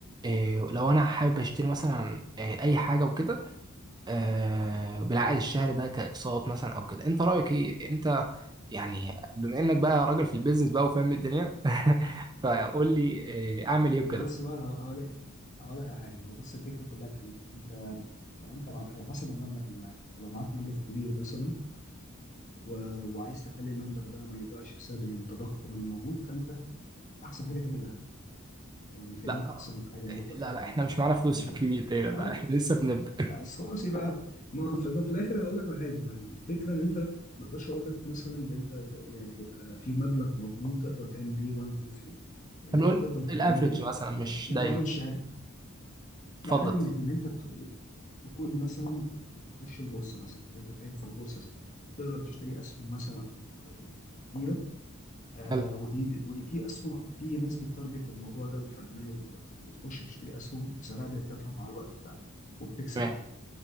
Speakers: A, on the right; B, on the left.
A: آه، لو انا حابب اشتري مثلا آه، اي حاجة وكده آه، بالعائد الشهري ده كاقساط مثلا او كده انت رايك ايه انت يعني بما انك بقى راجل في البيزنس بقى وفاهم الدنيا <laughs> فقول لي آه، اعمل ايه
B: بص
A: وكده
B: بقى انا هقول لك هقول لك على حاجه هو بص الفكره كلها في ايه انت لو انت مع- على حسب المبلغ اللي معاك انت لو معاك مبلغ كبير مثلا و... وعايز تخلي المبلغ ده ما يضيعش بسبب إن التضخم اللي موجود فانت احسن حاجه تعمل ذهب يعني فدي
A: لا
B: احسن حاجه مو تقدر
A: لا
B: تعملها
A: لا احنا مش معانا فلوس
B: لكن
A: <laughs> في كبير دايما
B: او
A: لا احنا لسه بنبدا
B: بس خلاص يبقى ما في, ما في الاخر هقول لك على حاجه ما الفكره ان انت ما اقدرش اقول لك مثلا ان انت ت... يعني يبقى في مبلغ مضمون تقدر تعمل بيه 1 2 3 اللي
A: هنقول
B: انت تقدر تعمله
A: الافريج مثلا
B: لا,
A: مش
B: لا, لا
A: دايما
B: تعمل شهاده
A: اتفضل
B: لا حاجه
A: اتفضل
B: من الاثنين اللي انت تكون مثلا تخش البورصه مثلا لو انت فاهم في البورصه تقدر تشتري اسهم مثلا آه، كتيره آه
A: حلو
B: ودي ودي في اسهم في ناس بتارجت الموضوع ده وفاهماه و- وبتخش تشتري اسهم وسعرها بيرتفع مع الوقت فعلا وبتكسب
A: تمام